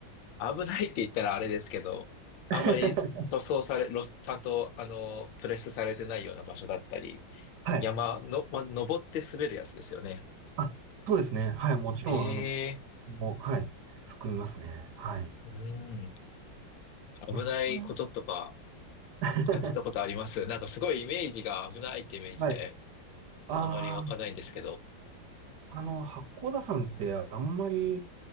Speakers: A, on the left; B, on the right.
A: 危ないって言ったらあれですけど、あんまり塗装され、
B: い
A: ロスちゃんと、あの、プレスされてないような場所だったり、
B: <laughs> はい
A: 山の、まず登って滑るやつですよね。
B: あ、そうですね。はい。もちろん、
A: ええ
B: あの、もう、はい、含みますね。はい。
A: うん、危ないこととか
B: まあ、そこは、<laughs>
A: 感じたことありますなんかすごいイメージが危ないってイメージで、
B: はい。あ
A: あんまり湧かないんですけど。
B: あ、あの、八甲田山ってあんまり、